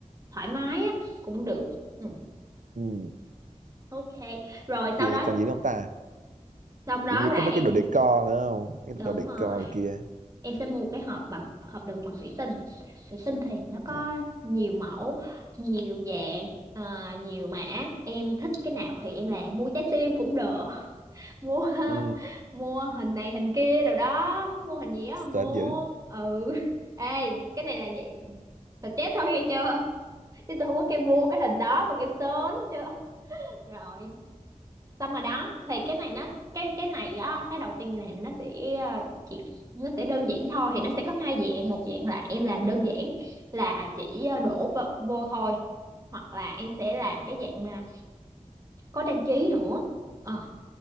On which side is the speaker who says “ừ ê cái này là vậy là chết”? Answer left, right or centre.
Right